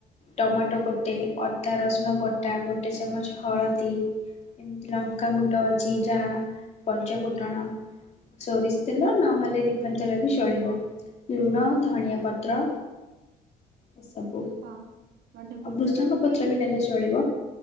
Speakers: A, on the left; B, on the right.
A: ଟମାଟୋ ଗୋଟେ ଅଦା ରସୁଣ ବଟା ଗୋଟେ ଚାମଚ ହଳଦୀ ଯେମିତି ଲଙ୍କାଗୁଣ୍ଡ ଜିରା ପଞ୍ଚ ଫୁଟଣ ସୋରି ତେଲ ନହେଲେ ରିଫନ୍ ତେଲରେ ବି ଚଳିବ ଲୁଣ ଧନଆ ପତ୍ର ଏସବୁ
B: ହଁ ମାନେ
A: ଆଉ
B: ବୁଟ
A: ଭୃସଙ୍ଗ
B: ଡାଲିକି
A: ପତ୍ର ବି ନେଲେ ଚଳିବ।